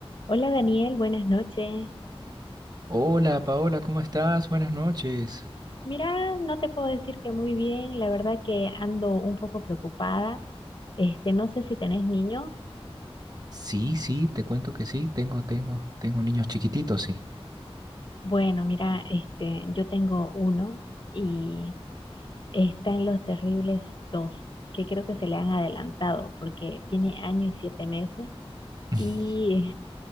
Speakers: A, on the left (about 55°); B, on the right (about 40°).
A: Hola Daniel, buenas noches.
B: Hola Paola, ¿cómo estás? Buenas noches.
A: Mira, no te puedo decir que muy bien, la verdad que ando un poco preocupada. Este, no sé si tenés niños.
B: Sí, sí, te cuento que sí, tengo, tengo, tengo niños chiquititos, sí.
A: Bueno, mira, este, yo tengo uno y está en los terribles dos, que creo que se le han adelantado porque tiene año y siete meses.
B: <laughs>
A: Y,